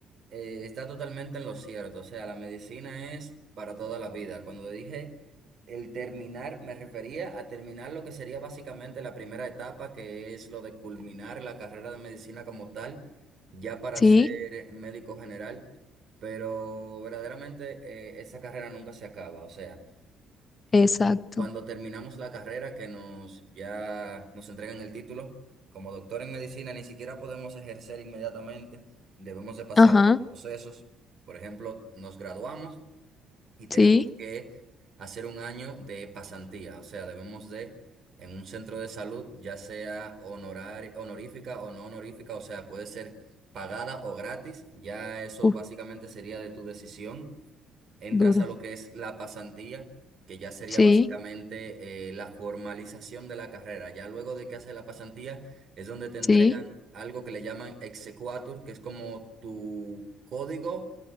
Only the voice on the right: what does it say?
eh, está totalmente en lo cierto. O sea, la medicina es para toda la vida. Cuando dije el terminar, me refería a terminar lo que sería básicamente la primera etapa, que es lo de culminar la carrera de medicina como tal, ya para
ser médico general. Pero verdaderamente eh, esa carrera nunca se acaba. O sea.
Cuando terminamos la carrera, que nos ya nos entregan el título, como doctor en medicina ni siquiera podemos ejercer inmediatamente, debemos de pasar
por procesos. Por ejemplo, nos graduamos y tenemos
que hacer un año de pasantía, o sea, debemos de en un centro de salud, ya sea honorar, honorífica o no honorífica, o sea, puede ser pagada o gratis, ya eso
básicamente sería de tu decisión entras
a lo que es la pasantía, que ya sería
básicamente eh, la formalización de la carrera. Ya luego de que haces la pasantía es donde te entregan
algo que le llaman exequatur, que es como tu código